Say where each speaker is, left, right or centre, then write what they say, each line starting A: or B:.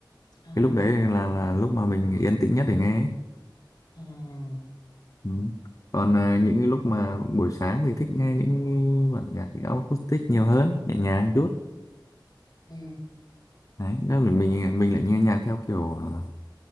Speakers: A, on the left (about 60°); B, on the left (about 45°).
A: à
B: cái lúc
A: à
B: đấy là là lúc mà mình yên tĩnh nhất để nghe ấy.
A: à
B: ừ. còn à, những cái lúc mà buổi sáng thì thích nghe những cái bản nhạc acoustic nhiều hơn nhẹ nhàng chút
A: ừ
B: đấy đó là mình mình lại nghe nhạc theo kiểu à,